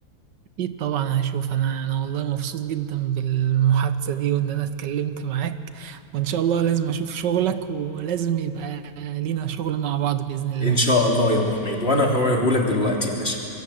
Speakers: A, on the right; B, on the left.
A: اكيد طبعا هشوف انا انا والله مبسوط جدا بالمحادثة دي وان انا اتكلمت معاك وان شاء الله لازم اشوف شغلك ولازم يبقى لينا شغل مع بعض بإذن الله
B: ان شاء الله يا ابو حميد وانا هوريهولك دلوقتي يا باشا